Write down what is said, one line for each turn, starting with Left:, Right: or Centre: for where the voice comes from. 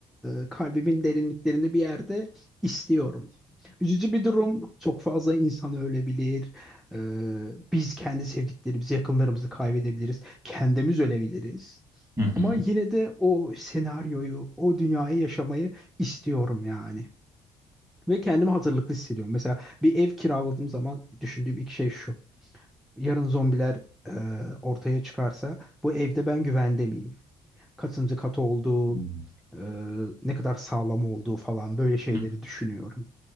Centre: e, kalbimin derinliklerinde bir yerde istiyorum. Üzücü bir durum. Çok fazla insan ölebilir. E, biz kendi sevdiklerimizi, yakınlarımızı kaybedebiliriz. Kendimiz ölebiliriz.
Right: Hı hı.
Centre: Ama yine de o senaryoyu, o dünyayı yaşamayı istiyorum yani. Ve kendimi hazırlıklı hissediyorum. Mesela bir ev kiraladığım zaman düşündüğüm iki şey şu. Yarın zombiler e, ortaya çıkarsa bu evde ben güvende miyim? Kaçıncı katı olduğu,
Right: Hmm.
Centre: e, ne kadar sağlam olduğu falan böyle şeyleri
Right: Hı hı.
Centre: düşünüyorum.